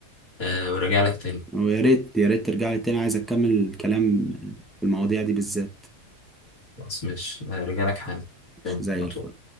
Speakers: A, on the left; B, in the centre.
A: آه، وراجع لك تاني
B: ويا ريت يا ريت ترجع لي تاني عايز اكمل الكلام في المواضيع دي بالذات
A: خلاص ماشي آه، راجع لك حالا تاني
B: زي
A: على طول
B: الفل